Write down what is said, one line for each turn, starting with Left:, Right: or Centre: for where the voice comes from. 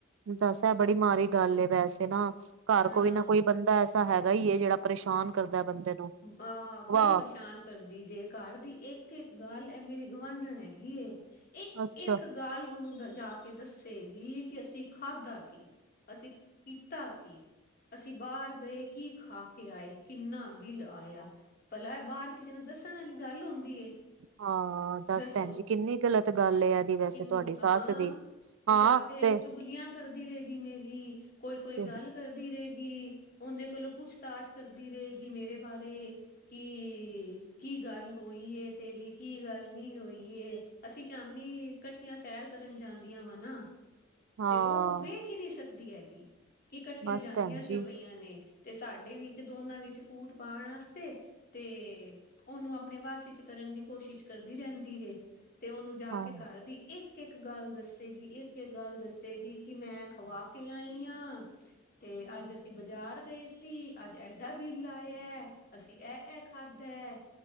Right: ਦੱਸ ੲੈ ਬੜੀ ਮਾੜੀ ਗੱਲ ਏ ਵੈਸੇ ਨਾ ਘਰ
Left: ਹਾਂ
Right: ਕੋਈ ਨਾ ਕੋਈ ਬੰਦਾ ਐਸਾ ਹੈਗਾ ਈ ਏ ਜਿਹੜਾ ਪਰੇਸ਼ਾਨ ਕਰਦਾ ਬੰਦੇ ਨੂੰ
Left: ਆਹ ਬੜੀ
Right: ਵਾਹ
Left: ਪਰੇਸ਼ਾਨ ਕਰਦੀ ਜੇ ਘਰ ਦੀ ਇੱਕ ਇੱਕ ਗੱਲ ਇਹ ਮੇਰੀ ਗੁਵਾਂਢਣ ਹੈਗੀ ਏ, ਇੱਕ
Right: ਅੱਛਾ
Left: ਇੱਕ ਹਰ ਗੱਲ ੳਹਨੂੰ ਜਾ ਕੇ ਦੱਸੇਗੀ ਕਿ ਅਸੀਂ ਖਾਧਾ ਕੀ ਅਸੀਂ ਪੀਤਾ ਕੀ, ਅਸੀਂ ਬਾਹਰ ਗਏ ਕੀ ਖਾ ਕੇ ਆਏ ਕਿੰਨਾ ਬੀਲ ਆਇਆ ਭਲਾ ਇਹ ਬਾਹਰ ਕਿਸੇ ਨੂੰ ਦੱਸਣ ਵਾਲੀ ਗੱਲ ਹੁੰਦੀ ਏ।
Right: ਹਾਂ। ਦੱਸ
Left: ਦੱਸੋ
Right: ਭੈਣ ਜੀ ਕਿੰਨੀ ਗਲਤ ਗੱਲ ਏ ਇਹਦੀ ਵੈਸੇ
Left: ਕਿੰਨੀ
Right: ਤੁਹਾਡੀ ਸਸ
Left: ਹਾਂ
Right: ਦੀ।
Left: ਤੇ
Right: ਹਾਂ
Left: ਜਾ ਕੇ
Right: ਤੇ
Left: ਚੁਗਲੀਆਂ ਕਰਦੀ ਰਹੇਗੀ ਮੇਰੀ ਕੋਈ ਕੋਈ
Right: ਤੇ
Left: ਗੱਲ ਕਰਦੀ ਰਹੇਗੀ ਉਹਦੇ ਕੋਲੋਂ ਪੁੱਛਤਾਛ ਕਰਦੀ ਰਹੇਗੀ ਮੇਰੇ ਬਾਰੇ। ਕੀ ਕੀ ਗੱਲ ਹੋਈ ਏ ਤੇਰੀ ਕੀ ਗੱਲ ਨੀ ਹੋਈ ਏ ਅਸੀ ਸ਼ਾਮੀ ਕੱਠੀਆਂ ਸੈਰ ਕਰਨ ਜਾਂਦੀਆਂ ਵਾ ਨਾ
Right: ਹਾਂ
Left: ਤੇ ਉਹ ਵੇਖ ਹੀ ਨਹੀਂ ਸਕਦੀ ਹੈਗੀ, ਕਿ ਇਕੱਠੀਆਂ
Right: ਬਸ
Left: ਜਾਂਦੀਆਂ
Right: ਭੈਣ
Left: ਕਿਉਂ
Right: ਜੀ
Left: ਪਈਆਂ ਨੇ। ਤੇ ਸਾਡੇ ਵਿੱਚ ਦੋਨਾਂ ਵਿੱਚ ਫੂਟ ਪਾਉਣ ਵਾਸਤੇ ਤੇ ਉਹਨੂੰ ਆਪਣੇ ਵਸ ਚ ਕਰਨ ਦੀ ਕੋਸ਼ਿਸ਼ ਕਰਦੀ ਰਹਿੰਦੀ ਜੇ। ਤੇ ਉਹਨੂੰ ਜਾ
Right: ਹਾਂ
Left: ਕੇ ਕਰ ਦੀ ਇੱਕ ਇੱਕ ਇੱਕ ਗੱਲ ਦੱਸੇਗੀ ਇੱਕ ਇੱਕ ਗੱਲ ਦੱਸੇਗੀ ਕਿ ਮੈਂ ਖਵਾ ਕੇ ਆਈ ਆਂ ਤੇ ਅੱਜ ਅਸੀਂ ਬਾਜ਼ਾਰ ਗਏ ਸੀ ਅੱਜ ਐਡਾ ਬੀਲ ਆਇ ਇਆ ਅਸੀਂ ਇਹ ਇਹ ਖਾਧਾ ਏ,